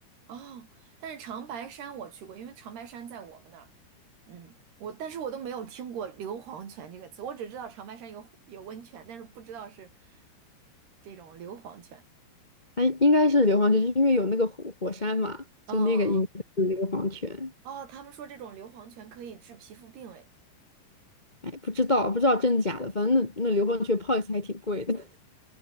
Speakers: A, on the right; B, on the left.
A: 哦，但是长白山我去过，因为长白山在我们那儿，嗯，我但是我都没有听过硫磺泉这个词，我只知道长白山有有温泉，但是不知道是这种硫磺泉。
B: 哎，应该是硫磺泉，就是因为有那个火火山嘛，就那个应该是硫磺泉。
A: 嗯，哦，他们说这种硫磺泉可以治皮肤病，哎，
B: 哎，不知道不知道真的假的，反正那那硫磺泉泡一次还挺贵的。<laughs>